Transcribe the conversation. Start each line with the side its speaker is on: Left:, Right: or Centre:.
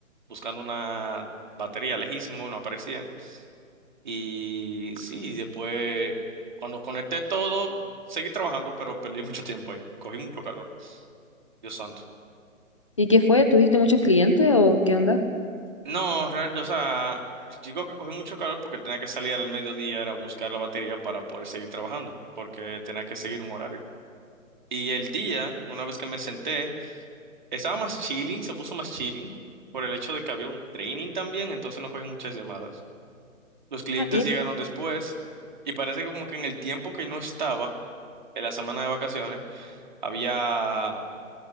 Right: buscando una batería lejísimo, no aparecía. Y sí, después cuando conecté todo, seguí trabajando, pero perdí <laughs> mucho tiempo ahí. Cogí mucho calor. Dios santo.
Left: ¿Y qué fue? ¿Tuviste muchos clientes o qué onda?
Right: No, re- o sea, digo que cogí mucho calor porque tenía que salir al mediodía, era buscar la batería para poder seguir trabajando, porque tenía que seguir un horario. Y el día, una vez que me senté, Estaba más chilling, se puso más chilling por el hecho de que había un training también, entonces no cogí muchas llamadas. Los clientes
Left: Ah, bien.
Right: llegaron después y parece que como que en el tiempo que no estaba, en la semana de vacaciones, había